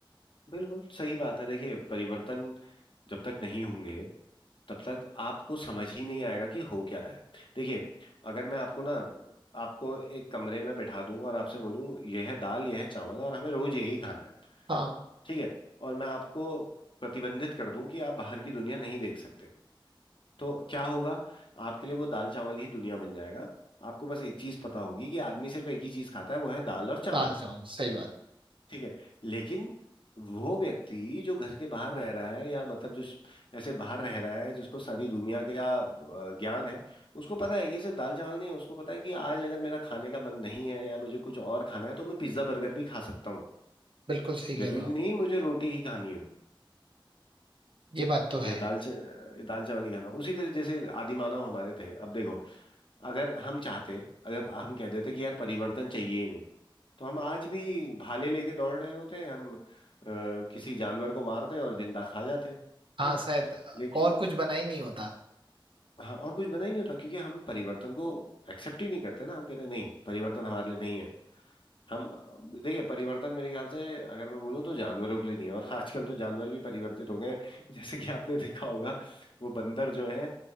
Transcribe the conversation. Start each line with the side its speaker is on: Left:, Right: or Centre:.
Left: बिल्कुल सही बात है देखिए परिवर्तन जब तक नहीं होंगे तब तक आपको समझ ही नहीं आएगा कि हो क्या रहा है देखिए अगर मैं आपको ना आपको एक कमरे में बिठा दूं और आपसे बोलूं यह है दाल यह है चावल और हमें रोज यही खाना है
Right: हाँ
Left: ठीक है और मैं आपको प्रतिबंधित कर दूं कि आप बाहर की दुनिया नहीं देख सकते तो क्या होगा आपके लिए वो दाल चावल ही दुनिया बन जाएगा आपको बस एक चीज पता होगी कि आदमी सिर्फ एक ही चीज खाता है वो है दाल और चावल
Right: ताल जाऊं सही बात
Left: ठीक है लेकिन वो व्यक्ति जो घर के बाहर रह रहा है या मतलब जो श- ऐसे बाहर रह रहा है जिसको सारी दुनिया का अ, ज्ञान है उसको पता है कि सिर्फ दाल चावल नहीं है उसको पता है कि आज अगर मेरा खाने का मन नहीं है या मुझे कुछ और खाना है तो मैं पिज्जा बर्गर भी खा सकता हूँ
Right: बिल्कुल सही
Left: जरूरी
Right: कह रहे हो आप
Left: नहीं मुझे रोटी ही खानी हो
Right: ये बात तो है
Left: या दाल च, दाल चावल ही खाना हो। उसी तरह जैसे आदि मानव हमारे थे अब देखो अगर हम चाहते अगर हम कह देते कि यार परिवर्तन चाहिए ही नहीं तो हम आज भी भाले लेके दौड़ रहे होते हैं हम अ, किसी जानवर को मारते हैं और जिंदा खा जाते हैं
Right: हाँ
Left: है ना
Right: शायद अ,
Left: लेकिन
Right: और कुछ बना ही नहीं होता
Left: हाँ और कुछ बना ही नहीं होता क्योंकि हम परिवर्तन को एक्सेप्ट ही नहीं करते ना हम कहते हैं नहीं परिवर्तन हमारे लिए नहीं है हम देखिए परिवर्तन मेरे ख्याल से अगर मैं बोलूँ तो जानवरों के लिए नहीं है और आजकल तो जानवर भी परिवर्तित हो गए हैं <laughs> जैसे कि आपने देखा होगा वो बंदर जो हैं